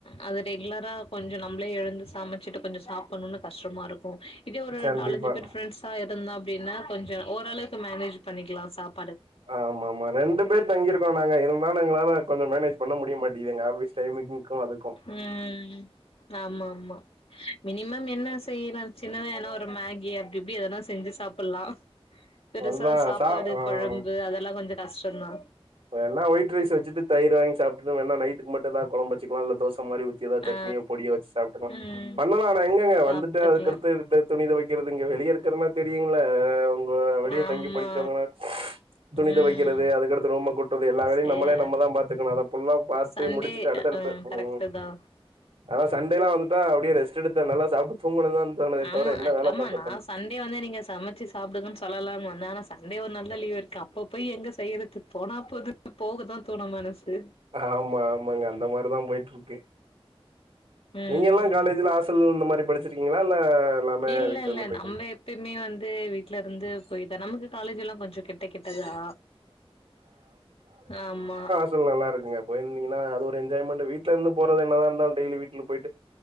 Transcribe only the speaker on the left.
அது ரெகுலரா கொஞ்ச நம்ளே எழுந்து சமைச்சிட்டு கொஞ்சம் சாப்பன்ணுன்னா கஷ்டமா இருக்கு இதே ஒரு
நாலஞ்சு பேர் ஃப்ரெண்ட்ஸா இருந்தா அப்டின்னா கொஞ்சோ ஓரளவுக்கு மேனேஜ் பண்ணிக்கலா சாப்
ம் ஆமா ஆமா மினிமம் என்ன செய்யலா சின்னதா ஏன்னா ஒரு மேகி அப்டி இப்டி ஏதனா செஞ்சி சாப்பல்லா பெருசா
சாப்பாடு
கழம்பு அதெல்லா கொஞ்ச கஷ்டந்தா
ஆ
ம்
சாப்ட்டுக்லா
ஆமா
ம்
சேர்
சண்டே
ம்
கரெக்ட்டு தா
ஆமா
அத்தாமா
நா
சண்டே வந்து நீங்க சமச்சி சாப்புடுங்கன் சொல்லலான்னு வந்த ஆனா சண்டே ஒரு நாள்தா லீவ்வு இருக்கு அப்ப போய் எங்க செய்யறது போனா போது போகதா தோணு மனசு
ம்
இல்ல
இல்ல
நம்ம எப்பிமே வந்து வீட்ல இருந்து போயித்தா நமக்கு காலேஜ்லா கொஞ்ச கிட்ட கிட்டதா ஆமா